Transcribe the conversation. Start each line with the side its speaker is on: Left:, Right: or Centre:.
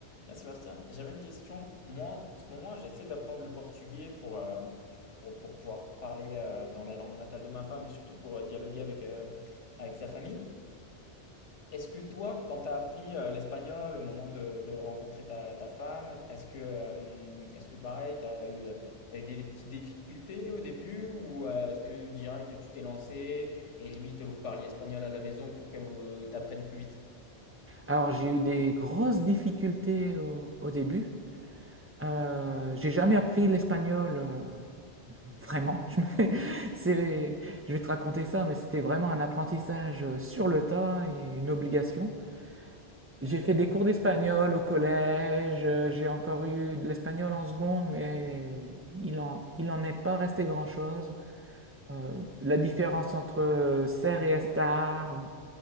Left: Tiens, Sébastien, j'avais une question. Moi, en ce moment, j'essaie d'apprendre le portugais pour, euh, pour, pour pouvoir parler euh, dans la langue natale de ma femme et surtout pour euh, dialoguer avec, euh, avec sa famille. Est-ce que toi, quand tu as appris euh, l'espagnol au moment de, de rencontrer ta, ta femme, est-ce que, euh, est-ce que pareil, tu as eu, t'as eu des, des petites difficultés au début ou euh, est-ce que direct tu t'es lancé et limite vous parliez espagnol à la maison pour que vous t'apprennes plus vite?
Right: Alors, j'ai eu des grosses difficultés au, au début. Euh, j'ai jamais appris l'espagnol, euh, vraiment. Je, me- <laughs> c'est- je vais te raconter ça, mais c'était vraiment un apprentissage euh, sur le tas et une obligation. J'ai
Left: Ok,
Right: fait des cours d'espagnol au collège, euh, j'ai encore eu de l'espagnol en seconde, mais il en, il en est pas resté grand-chose. Euh, la différence entre euh, ser et estar, euh,